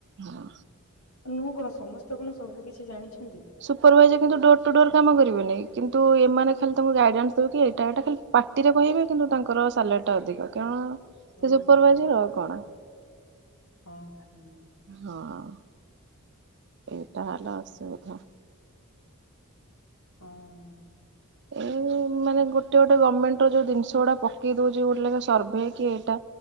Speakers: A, on the right; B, on the left.
A: ହଁ।
B: ମୁଁ କଣ, ସମସ୍ତେ କଣ ସବୁ କିିଛି ଜାଣିଛ
A: ସୁପରଭାଇଜର କିନ୍ତୁ ଡୋର ଟୁ ଡୋର କାମ କରିବେନି, କିନ୍ତୁ ଏମାନେ ଖାଲି ତାଙ୍କୁ ଗାଇଡ଼ାନ୍ସ ଦେବେକି ଏଇଟା ଏଇଟା ଖାଲି ପାଟିରେ କହିବେ। କିନ୍ତୁ ତାଙ୍କର ସାଲା ରିଟା ଅଧିକ, କରଣ ସେ
B: ଓହୋ
A: ସୁପରଭାଇଜର ଆଉ କଣ।
B: ହଁ ହୁଁ।
A: ହଁ। ଏଇଟା ହେଲା ଅସୁବିଧା।
B: ହଁ।
A: ଏ ମାନେ ଗୋଟେ ଗୋଟେ ଗମେଣ୍ଟ୍ ର ଯୋଉ ଜିନିଷ ଗୁଡା ପକେଇ ଦଉଛି ଗୋଟେ ଲେଖା ସର୍ଭେ, କି ଏଇଟା